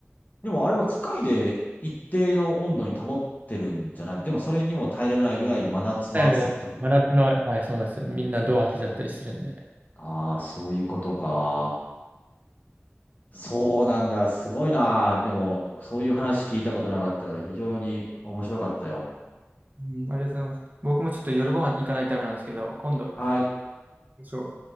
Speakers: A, on the left; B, on the right.
A: でもあれは機械で一定の温度に保ってるんじゃないでもそれにも耐えられないぐらい真夏の暑さってこと。
B: はい、もう真夏の、はい、そうなんですよ。みんなドア開けちゃったりするんで。
A: ああー、そういうことか。そうなんだ。すごいな。でも、そういう話聞いたことなかったから非常に面白かったよ。
B: うん、ありがとうございます。僕もちょっと夜ご飯行かないためなんですけど、今度、
A: はい。
B: そう。